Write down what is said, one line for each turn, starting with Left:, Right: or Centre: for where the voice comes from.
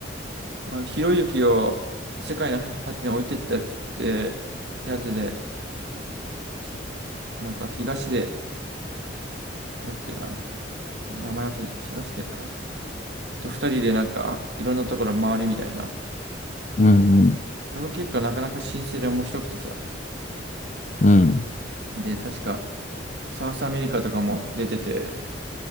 Right: あの、ひろゆきを世界の果てに置いてったやつって、やつで、しなんか東でだっけな。ひ名前忘れ、東出かな。と二人でなんか、いろんなところ回るみたいな。
Left: うん、
Right: それが結構なかなか新鮮で面白くてさ。
Left: うん、うん、
Right: で、確か、サウスアメリカとかも出てて、